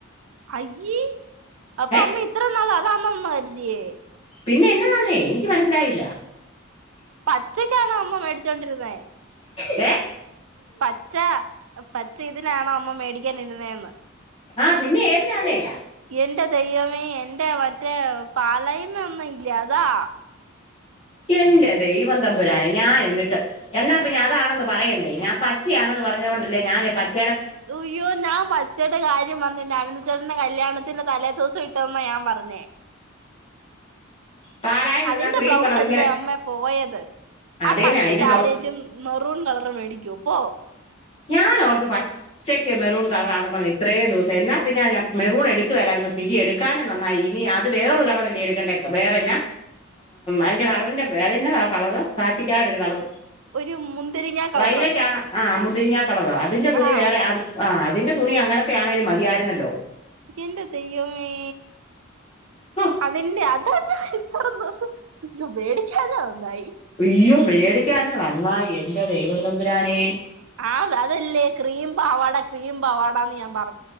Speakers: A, on the right; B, on the left.
A: അയ്യേ അപ്പൊ
B: ഏ
A: അമ്മ ഇത്ര നാൾ അത കരുതിയേ
B: പിന്നെ എന്ന താന്നേ എനിക്ക് മനസ്സിലായില്ല
A: പച്ചക്കാണോ അമ്മ മേടിച്ചോണ്ടിരുന്നേ
B: ഏ
A: പച്ച പച്ച ഇതിനാണോ അമ്മ മേടിക്കാനിരുനെന്ന്
B: ആ പിന്നെ ഏതിനാന്നേ
A: എന്റെ ദൈവമേ എന്റെ മറ്റേ പാലയിന്ന് യഥാ
B: എന്റെ ദൈവംതംമ്പുരാനെ ഞാൻ എന്നിട്ട് എന്നാ പിന്നെ അതാണെന്ന് പറയണ്ടേ ഞാൻ പച്ചയാണെന്ന് പറഞ്ഞൊണ്ടല്ലേ ഞാന പച്ച
A: അയ്യോ ഞാൻ പച്ചേയുടെ കാര്യം വന്ന അനന്തച്ചേട്ടന്റെ കല്യാണത്തിന്റെ തലേ ദിവസം ഇട്ടന്നാ ഞാൻ പറഞ്ഞേ
B: പാലായി നിന്നാ
A: അതിന്റെ
B: ക്രീം
A: ബ്ലൗസല്ലേ
B: കളർ ഇങ്ങനെ
A: അമ്മേ പോയത്
B: അതേന്നെ
A: ആ പച്ചക്ക്
B: അതിന്റെ
A: കാരലും
B: ബ്ലൗസ്
A: മെറൂൺ കളർ മേടിക്കൂമോ പോ
B: ഞാൻ ഓർത്ത് പച്ചക്ക് മെറൂൺ കളറാന്ന് പറഞ്ഞത് ഇത്രേയും ദിവസം എന്നാ പിന്നെ മെറൂൺ എടുക്കുവല്ലായിരുന്നു സിജി എടുക്കാഞ്ഞ നന്നായി ഇനി അത് വേറൊരു കളറല്ലേ എടുക്കണ്ടേ വേറെന്ന അതിന്റെ കളറിന്റെ അതെന്നതാ കളറ് കാച്ചിക്കാട് ഒരു കളർ
A: ഒരു മുന്തിരിങ്ങ കളറ്
B: വയലറ്റ് ആന്ന മുന്തിരിങ്ങ കളറ അതിന്റെ തുണി
A: ആഹ്
B: വേറെ ആ അതിന്റെ തുണി അങ്ങനത്തെ ആണെലും മതിയായിരുന്നല്ലോ
A: എന്റെ ദൈവമേ
B: ഹോ
A: അതിന്റെ അത ഇത്രയും ദിവസം മേടിക്കാഞ നന്നായി
B: അയ്യോ മേടിക്കാഞ്ഞ നന്നായി എന്റെ ദൈവം തമ്പുരാനെ
A: ആഹ് അതല്ലേ ക്രീം പാവാടാ ക്രീം പാവാടാന്ന് ഞാൻ പറ